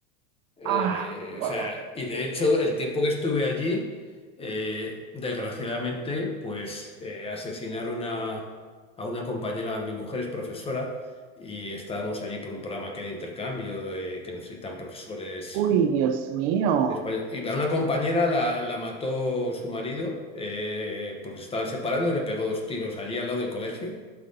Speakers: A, on the left; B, on the right.
A: Eh,
B: ¡Ah! ¡Wow!
A: o sea, y de hecho, el tiempo que estuve allí, eh, desgraciadamente, pues eh, asesinaron a, a una compañera, mi mujer es profesora, y estábamos allí por un programa que hay de intercambio, de- que necesitan profesores
B: ¡Uy, Dios mío!
A: de español. Y a una compañera la, la mató su marido, eh, porque se estaban separando y le pegó dos tiros allí al lado del colegio.